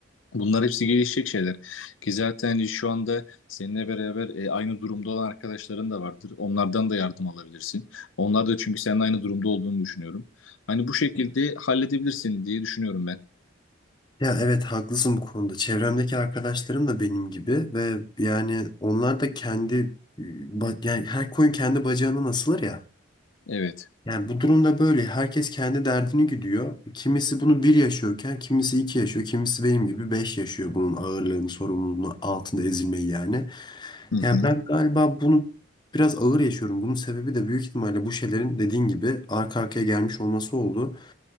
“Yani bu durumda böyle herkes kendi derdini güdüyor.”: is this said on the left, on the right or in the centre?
Left